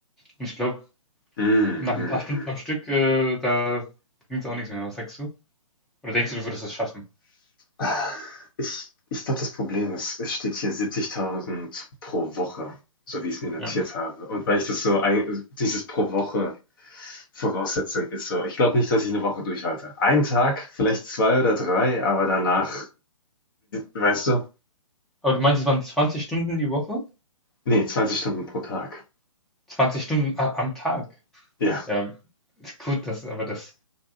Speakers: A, in the centre; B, on the left.
A: Und ich glaube,
B: Hm,
A: nach
B: hm,
A: ein paar Stunden am Stück, äh, da bringt es auch nichts mehr. Was sagst du? Oder denkst du, du würdest das schaffen?
B: hm. Ich ich glaube, das Problem ist, es steht hier 70.000 pro Woche, so wie ich es mir notiert
A: Ja.
B: habe. Und weil ich das so, ein- dieses pro Woche Voraussetzung ist so, ich glaube nicht, dass ich eine Woche durchhalte. Einen Tag, vielleicht zwei oder drei, aber danach, weißt du?
A: Aber du meinst, es waren 20 Stunden die Woche?
B: Nee, 20 Stunden pro Tag.
A: 20 Stunden a- am Tag.
B: Ja,
A: Ja, ist gut, das, aber das.